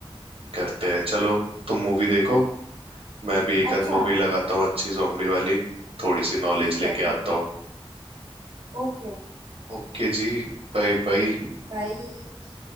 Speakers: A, on the right; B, on the right.
A: करते हैं चलो तुम मूवी देखो मैं भी एक
B: अच्छा
A: आध मूवी लगाता हूँ अच्छी जॉम्बी वाली थोड़ी सी नॉलेज
B: ठीक
A: लेके
B: है ठीक
A: आता
B: है
A: हूँ
B: Okay okay
A: ओके जी Bye bye
B: बाय